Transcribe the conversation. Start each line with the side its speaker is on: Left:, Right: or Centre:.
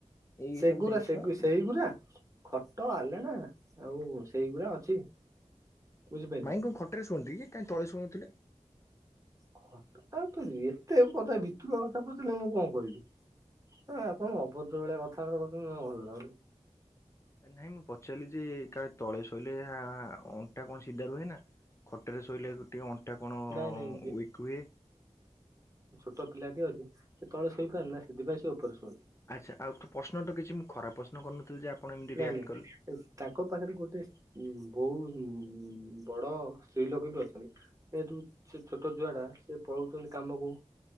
Left: ଏଇ
Right: ସେଗୁରା
Left: ସବ ଜିନିଷ।
Right: ସେଗୁ ସେଇଗୁରା ଖଟ ଆଲେଣା ଆଉ ସେଇଗୁଡା ଅଛି। ବୁଝିପାରିଲେ।
Left: ମାଇଁ କଣ ଖଟରେ ଶୁଅନ୍ତି କି କାହିଁ ତଳେ ଶଉଥିଲେ।
Right: କଥାଉ ତ ଏତେ କଥା ଭିତୁର କଥା ପଚାରିଲେ ମୁଁ କଣ କହିବି? ହଁ ଆପଣ ଅଭଦ୍ର ଭଳିଆ କଥା ବାର୍ତ୍ତା କରୁଛନ୍ତି ଜମା ଭଲ ଲାଗୁନି।
Left: ନାଇଁ ମୁଁ ପଚାରିଲି ଯେ କାଳେ ତଳେ ଶୋଇଲେ ଅଣ୍ଟା କଣ ସିଧା ରୁହେ ନା। ଖଟରେ ଶୋଇଲେ ଟିକେ ଅଣ୍ଟା କଣ ୱିକ୍
Right: ନାଇଁ ନାଇଁ
Left: ହୁଏ।
Right: ଛଟ ପିଲାଟିଏ ଅଛି। ସେ ତଳେ ସେଇ ପାରାରେ ନା ସେଥିପାଇଁ ସେ ଉପରେ ଶୁଅନ୍ତି
Left: ଆଚ୍ଛା, ଆଉ ପ୍ରଶ୍ନ କିଛି ମୁଁ ଖରାପ ପ୍ରଶ୍ନ କରିନଥିଲି ଯେ ଆପଣ ଏମିତି
Right: ନାଇଁ
Left: ରିଆକ୍ଟ
Right: ନାଇଁ
Left: କଲେ
Right: ଏ ତାଙ୍କ ପାଖରେ ଗୋଟେ ବହୁ ବଡ ସ୍ତ୍ରୀ ଲୋକ ବି ଅଛନ୍ତି। ଏ ଯୋଉ ସେ ଛୋଟ ଝୁଆ ଟା ସେ ପଳଉଛନ୍ତି କାମକୁ।